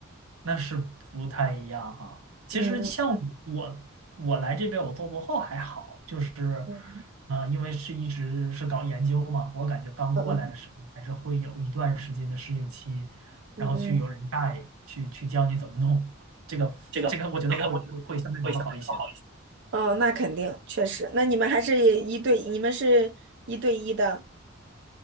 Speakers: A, on the right; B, on the right.
A: 那是不太一样哈。其实像我，
B: 嗯嗯
A: 我来这边我做博后还好，就是，
B: 嗯
A: 啊，因为是一直是搞研究嘛，我感觉刚过来的时候还是会有一段时间的适应期，
B: 嗯嗯嗯。
A: 然后去有人带，
B: 嗯嗯
A: 去去教你怎么弄，这个这个我觉得会会会相对来说好一些。
B: 这个这个我觉得会相对来说好一些。哦，那肯定，确实。那你们还是一对，你们是一对一的，